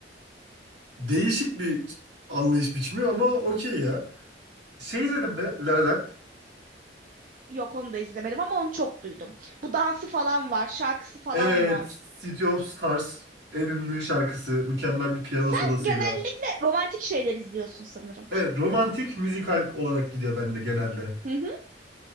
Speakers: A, on the right; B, on the right.
A: Değişik bir anlayış biçimi ama okey ya. Şey izledim mi? La La Land.
B: Yok onu da izlemedim ama onu çok duydum. Bu dansı falan var, şarkısı falan
A: Evet.
B: var.
A: City of Stars. En ünlü şarkısı. Mükemmel bir piyano
B: Sen
A: solosuyla.
B: genellikle romantik şeyler izliyorsun sanırım.
A: Evet. Romantik müzikal olarak gidiyor bende genelde.
B: Hı hı,